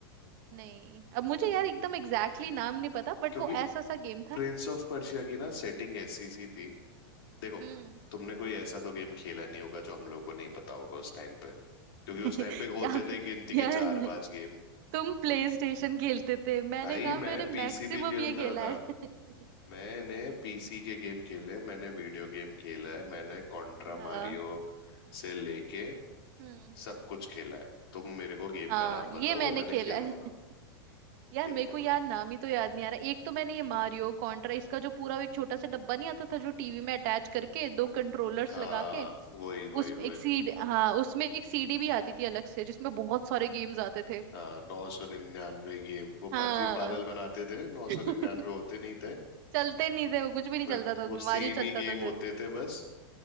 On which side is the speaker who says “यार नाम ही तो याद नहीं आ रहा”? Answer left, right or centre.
Right